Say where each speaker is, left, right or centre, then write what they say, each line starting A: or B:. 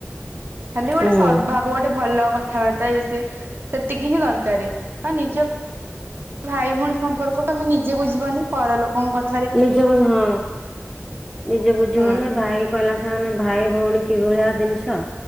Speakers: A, on the right; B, in the centre.
A: ଖାଲି ଗୋଟେ
B: ହୁଁ।
A: ସଦଦ୍ଭାବ ଗୋଟେ ଭଲ କଥାବାର୍ତ୍ତା ଏଇ ସେ ସେତିକି ହିଁ ଦରକାର। ଆଉ ନିଜ ଭାଇ ଭଉଣୀ ସମ୍ପର୍କ କୁ ଆମେ ନିଜେ ବୁଝିବନି ପରଲୋକଙ୍କ
B: ନିଜେ ହଁ, ନିଜେ ବୁଝିବନି
A: ହୁଁ।
B: ଭାଇ କହିଲା ହେନେ ଭାଇ ଭଉଣୀ କିଭଳିଆ ଜିନିଷ